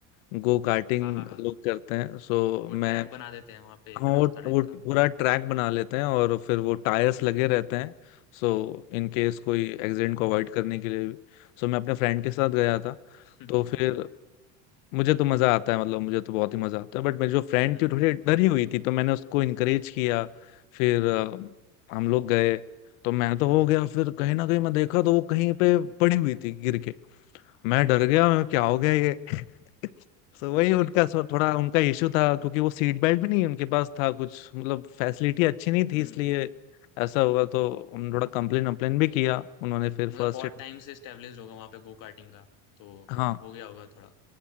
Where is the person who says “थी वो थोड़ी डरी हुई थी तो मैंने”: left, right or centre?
Left